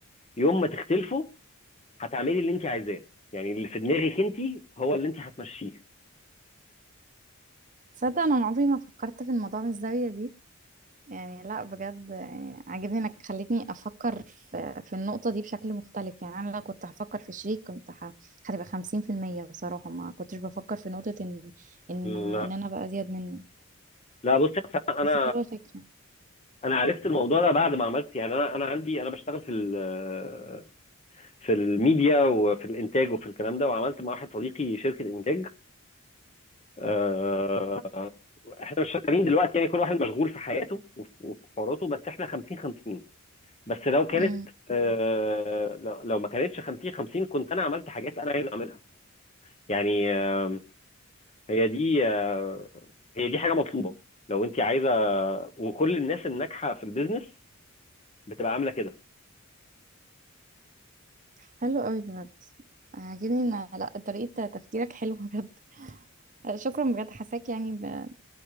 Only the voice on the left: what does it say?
يوم ما تختلفوا هتعملي اللي انت عايزاه يعني اللي في دماغك انت هو اللي انت هتمشيه
لا
لا بصي أصل انا
انا عرفت الموضوع ده بعد ما عملت يعني انا انا عندي انا بشتغل في ال- في الميديا وفي الانتاج وفي الكلام ده وعملت مع واحد صديقي شركة انتاج آه، احنا مش شغالين دلوقتي يعني كل واحد مشغول في حياته وفي وفي حواراته بس احنا 50 50 بس لو كانت
آه، لو لو ما كانتش 50 50 كنت انا عملت حاجات انا عايز اعملها يعني آه، هي دي آه، هي دي حاجه مطلوبه لو انت عايزه وكل الناس الناجحه في البيزنس بتبقى عامله كده